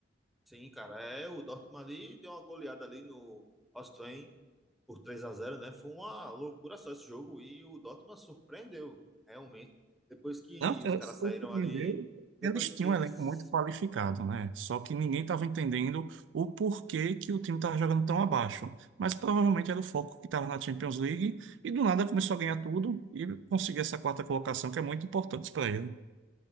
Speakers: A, in the centre; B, on the right (about 75°).
A: Sim, cara, é, o Dortmund ali deu uma goleada ali no Hoffenheim por 3 a zero, né? Foi uma loucura só esse jogo e o Dortmund surpreendeu, realmente. Depois que
B: Não, é,
A: os caras
B: surpreendeu.
A: saíram ali, depois
B: Eles tinham
A: que eles
B: um elenco muito qualificado, né? Só que ninguém estava entendendo o porquê que o time estava jogando tão abaixo. Mas provavelmente era o foco que estava na Champions League e do nada começou a ganhar tudo e conseguir essa quarta colocação que é muito importante para ele.